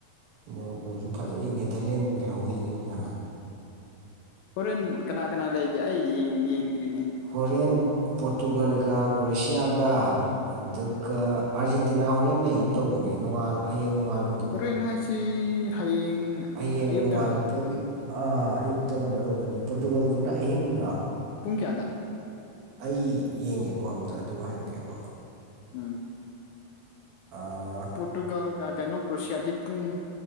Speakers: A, on the right; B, on the left.
A: ꯃꯕꯣꯔꯣꯀꯣꯁꯨ ꯐꯖꯩ ꯑꯩ ꯅꯦꯗꯔꯂꯦꯟ ꯂꯩꯍꯧꯔꯤꯁꯤꯅꯦ ꯅꯍꯥꯟ
B: ꯍꯣꯔꯦꯟ ꯀꯅꯥ ꯀꯅꯥ ꯂꯩꯒꯦ ꯑꯩ ꯌꯦꯡꯗ꯭ꯔꯤꯅꯦ
A: ꯍꯣꯔꯦꯟ ꯄꯣꯔꯇꯨꯒꯜꯒ ꯀ꯭ꯔꯣꯋꯁꯤꯌꯥꯒ ꯑꯗꯨꯒ ꯑꯥꯔꯖꯦꯟꯇꯤꯅꯥ ꯆ ꯍꯣꯔꯦꯟ ꯂꯩꯒꯨꯝ ꯇꯧꯕꯅꯦ ꯅꯉ ꯍꯌꯦꯡꯂ ꯅꯉꯜ
B: ꯍꯣꯔꯦꯟꯅ ꯍꯥꯏꯁꯤ ꯍꯌꯦꯡ
A: ꯍꯌꯦꯡ
B: ꯑꯌꯨꯛꯛꯇꯔꯥ
A: ꯅꯣꯡꯉꯥꯜꯂꯛꯄꯒꯤ ꯑꯥ ꯑꯌꯨꯛ ꯇꯔꯃꯥꯏꯅ ꯑꯣꯏꯕꯅꯤ ꯄꯣꯔꯇꯨꯒꯜꯗꯨꯅ ꯑꯍꯤꯡꯗ
B: ꯄꯨꯡ ꯀꯌꯥꯗ
A: ꯑꯩ ꯌꯦꯡꯒꯦꯀꯣ ꯑꯝꯇ ꯑꯗꯨꯒ ꯍꯥꯏꯔꯛꯀꯦꯀꯣ
B: ꯎꯝ
A: ꯑꯩ
B: ꯄꯣꯣꯔꯇꯨꯒꯜ ꯀꯩꯅꯣ ꯀ꯭ꯔꯣꯁꯤꯌꯥꯗꯤ ꯄꯨꯡ